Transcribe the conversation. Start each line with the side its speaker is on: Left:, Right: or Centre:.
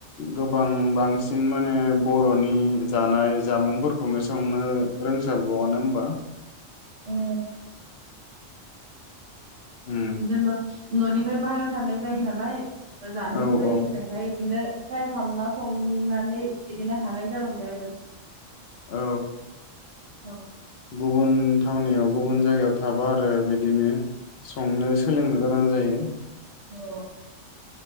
Left: गोबां बांसिन माने बर'नि जानाय जामुंफोरखौनो संनो रोंसाबगौआनो होमबा
Right: औ
Left: उम
Right: जेनेबा न'नि ओमफ्राय बाहेरायाव थांनाय जायो नालाय जानो
Left: औ
Right: लुगैयो
Left: औ
Right: होननायखाय बिदिनो ट्राइ खालामना संनानै बिदिनो हानाय जालांबाय आरो
Left: औ
Right: औ
Left: गुबुन थावनियाव गुबुन जायगायाव थाबा आरो बिदिनो संनो सोलोंनो गोनां जायो
Right: औ